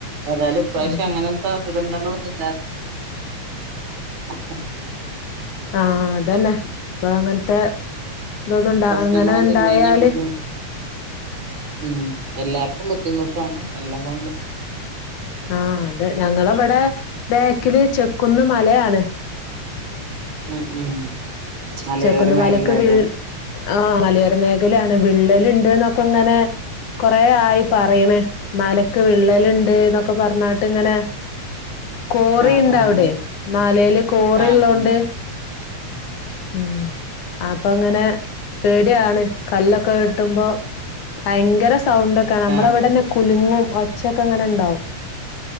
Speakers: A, on the right; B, on the left.
A: ഏതാലും ഇ പ്രാവശ്യം
B: ഉം
A: അങ്ങനത്തെ ദുരന്തങ്ങലൊന്നും <unintelligible> <unintelligible>
B: ആഹ അതന്നെ ഇപ്പൊ അങ്ങനത്തെ എതൊന്നുംണ്ട
A: പ്രശ്നങ്ങളൊന്നും
B: അങ്ങനെ ഇണ്ടായാല്
A: ഇല്ലഞ്ഞാ ബുദ്ധിമുട്ട് ഉം എല്ലാർക്കും ബുദ്ധിമുട്ടാണ് എല്ലാം കൊണ്ടും
B: ആഹ അത ഞങ്ങളവിടെ ബാക്കില് ചെക്ക്കു ന്ന് മലയാണ്
A: ഉം ഉം മലയോര
B: ചെക്കുന്ന
A: മേഖലല്ലേ
B: മലക്ക് വിള്ള ആ മലയോര മേഖലയാണ് വിള്ളല ഉണ്ട് എന്നൊക്കെ ഇങ്ങനെ കൊറ ആയി പറയണ് മലക്ക് വിള്ളലുണ്ട് എന്നൊക്കെ പറഞ്ഞാട്ട് ഇങ്ങനെ കോറിുണ്ട
A: ആഹ് ആഹ്
B: അവിടെ മലയില് കോറി
A: ആഹ്
B: ഉള്ളോണ്ട്
A: ആഹ്
B: ഉം അപ്പൊ അങ്ങനെ പേടിയാണ് കല്ലൊക്കെ കിട്ടുമ്പോ ഭയങ്കര സൗണ്ട ഒക്കെ നമ്മളവിടെന്നെ
A: ആഹ് ഉം
B: കുലുങ്ങും ഉച്ചയ്ക്കങ്ങനെ ഉണ്ടാവും